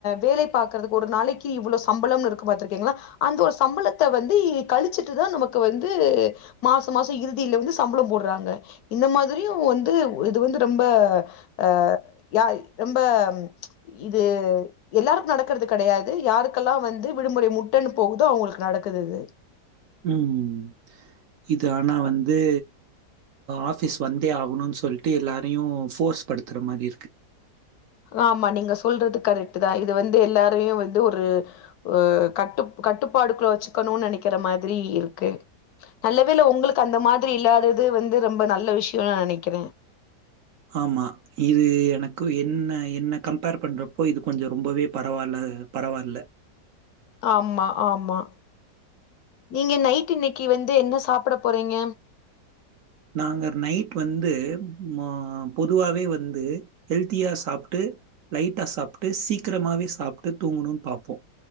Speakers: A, on the left; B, on the right.
A: வேலை பாக்றது ஒரு நாளைக்கு இவ்ளோ சம்பளம்னு இருக்கு பாத்துருக்கீங்ளா அந்த ஒரு சம்பளத்த வந்து கழிச்சுட்டுதா நமக்கு வந்து மாசோ மாசோ இரு ல வந்து சம்பளலோ போடுறாங்க இந்த மாதிரியு வந்து இது வந்து ரொம்ப ஆ யாய் ரொம்ப இது எல்லாருக்கு நடக்கறது கெடையாது யாருக்கெல்லா வந்து விடுமுறை முட்டனு போகுதோ அவங்களுக்கு நடக்குது இது
B: ம் ம் இது ஆனா வந்து ஆஃபிஸ் வந்தே ஆகணும்னு சொல்ட்டு எல்லாரையு ஃபோர்ஸ் படுத்துற மாரி இருக்கு
A: ஆமா நீங்க சொல்றது கரெக்டு தா இது வந்து எல்லாரையு வந்து ஒரு அ கட்டு கட்டுப்பாடுக்குள்ள வெச்சுக்கணு நெனைக்கிற மாதிரி இருக்கு நல்லவேல உங்ளுக்கு அந்த மாதிரி இல்லாதது வந்து ரொம்ப நல்ல விஷ்யோனு நா நெனைக்கிறே
B: ஆமா இது எனக்கு என்ன என்ன கம்பேர் பண்றப் போ இது கொஞ்சோ ரொம்பவே பரவாயில்ல பரவால்ல
A: ஆமா ஆமா நீங்க நைட்டு இன்னைக்கு வந்து என்ன சாப்ட போறீங்க
B: நாங்க நைட்டு வந்து மா பொதுவாவே வந்து ஹெல்தியா சாப்டு லைட்டா சாப்டு சீக்கிரமாவே சாப்டு தூங்கணுனு பாப்போ